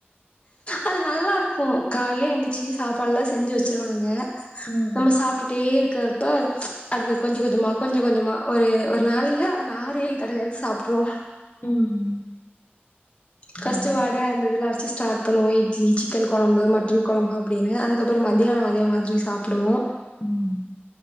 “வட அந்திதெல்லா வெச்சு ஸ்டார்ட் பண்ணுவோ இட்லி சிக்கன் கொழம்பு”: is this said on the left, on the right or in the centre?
Left